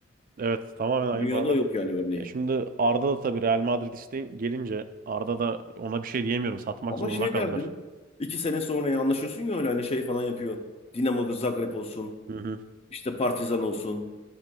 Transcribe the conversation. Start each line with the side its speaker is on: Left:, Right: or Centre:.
Right: evet tamamen aynı
Left: Dünyada
Right: paralar.
Left: yok yani örneği.
Right: Ya şimdi Arda da tabii Real Madrid isteği gelince Arda da ona bir şey diyemiyorum. Satmak
Left: Ama
Right: zorunda
Left: şey
Right: kaldılar.
Left: derdin. iki sene sonra ya anlaşıyorsun ya öyle hani şey falan yapıyor. Dinamo Zagreb olsun.
Right: Hı hı.
Left: işte Partizan olsun.